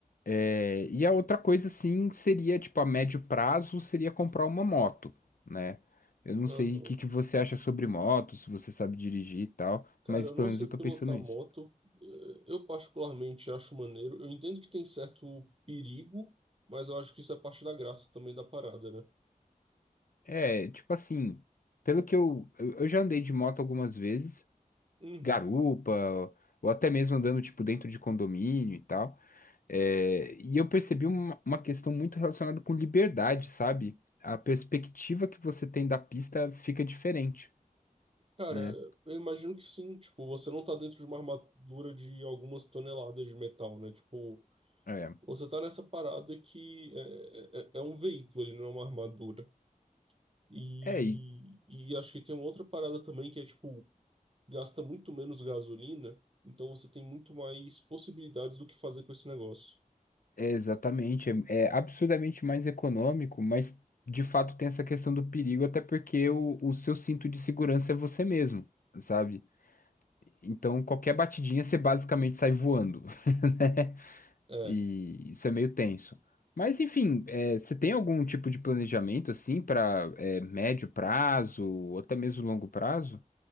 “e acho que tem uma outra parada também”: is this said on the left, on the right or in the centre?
Right